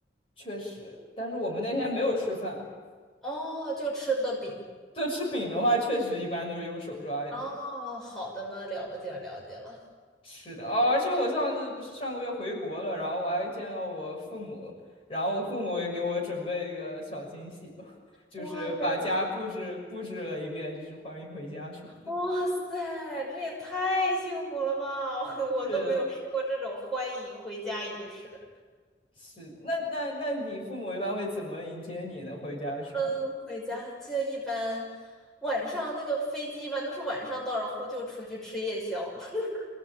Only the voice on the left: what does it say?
确实，但是我们那天没有吃饭。<laughs>
对，吃饼的话，确实一般都是用手抓呀。
是的，哦，而且我上次不是上个月回国了，然后我还见到我父母，然后我父母也给我准备一个小惊喜吧，<laughs> 就是把家布置布置了一遍，
就是欢迎回家什么的。
是的。是，那那那你父母一般会怎么迎接你呢？回家的时候？